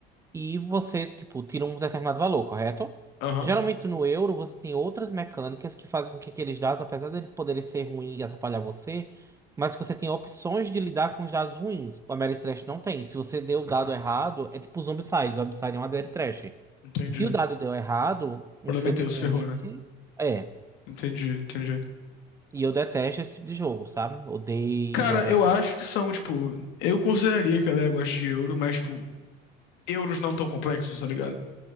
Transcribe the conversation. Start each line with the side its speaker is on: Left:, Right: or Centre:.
Right: e você, tipo, tira um determinado valor, correto?
Left: Aham,
Right: Geralmente no euro você tem outras mecânicas que fazem com que aqueles dados, apesar deles poderem ser ruins e atrapalhar você, mas que você tem opções de lidar com os dados ruins. O Ameritrash não tem. Se você deu o dado errado, é tipo os Zombicide. Zombicide é um Ameritrash.
Left: entendi.
Right: Se o
Left: O
Right: dado deu errado, infelizmente,
Left: problema é teu, se ferrou, né?
Right: é.
Left: Entendi, entendi.
Right: E eu detesto esse tipo de jogo, sabe? Odeio
Left: Cara,
Right: Ameritrash.
Left: eu acho que são, tipo. Eu consideraria que a galera gosta de euro, mas, tipo, euros não tão complexos, tá ligado?